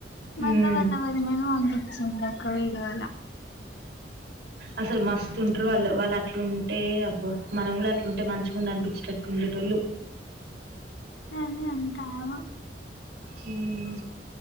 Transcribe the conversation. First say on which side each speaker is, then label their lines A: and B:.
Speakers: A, on the right; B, on the left.
A: హ్మ్.
B: మళ్ళ మళ్ల వది నను పంపించిందిక్క వీళ్ళ వల్ల
A: అసలు మస్తుంటారు వాళ్ళు వాళ్ళు అట్లుంటే అబ్బో మనం కూడా అట్లుంటే మంచిగా ఉండ అనిపించేటట్టు ఉండే టోళ్ళు
B: అని అంటా ఓ
A: ఉమ్